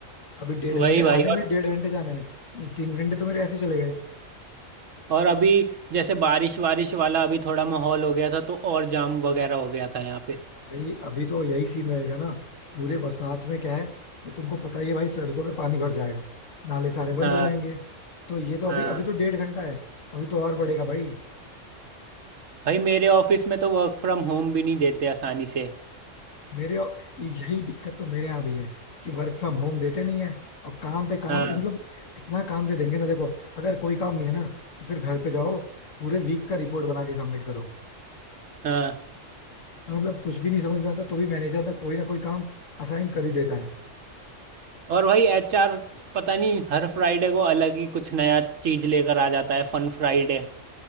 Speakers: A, on the left; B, on the right.
A: अभी डेढ़
B: वही
A: घंटे
B: भाई
A: आने में
B: और
A: डेढ़ घंटे जाने में तीन घंटे तो मेरे ऐसे चले गए
B: और अभी जैसे बारिश वारिश वाला अभी थोड़ा माहौल हो गया था तो और जाम वगैरह हो गया था यहाँ पे
A: भाई अभी तो यही सीन रहेगा ना पूरे बरसात में क्या है कि तुमको पता ही है भाई सड़कों पे पानी भर जाएगा नाले सारे बंद
B: हाँ
A: हो जाएंगे तो ये तो अभी
B: हाँ
A: अभी तो डेढ़ घंटा है अभी तो और बढ़ेगा भाई
B: भाई मेरे ऑफिस में तो वर्क फ्रॉम होम भी नहीं देते आसानी से
A: मेरे यही दिक्कत तो मेरे यहाँ भी है कि वर्क फ्रॉम होम देते नहीं है और काम पे काम
B: हाँ
A: मतलब इतना काम दे देंगे ना देखो अगर कोई काम नहीं है ना तो फिर घर पे जाओ पूरे वीक का रिपोर्ट बना के सबमिट करो
B: हाँ
A: मतलब कुछ भी नहीं समझ में आता तो भी मैनेजर ना कोई ना कोई काम असाइन कर ही देता है
B: और भाई एचआर पता नहीं हर फ्राइडे को अलग ही कुछ नया चीज लेकर आ जाता है फन फ्राइडे